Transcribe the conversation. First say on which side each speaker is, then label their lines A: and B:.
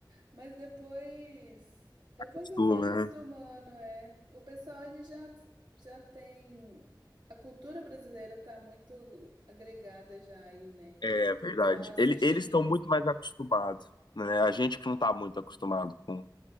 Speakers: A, on the right; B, on the left.
A: Mas depois, depois
B: gostou,
A: eu fui acostumando,
B: né?
A: é. O pessoal ele já já tem A cultura brasileira tá muito agregada já aí, né?
B: É
A: Assim, o
B: verdade.
A: pessoal assiste
B: Ele- eles estão muito mais acostumados, né? A gente que não está muito acostumado com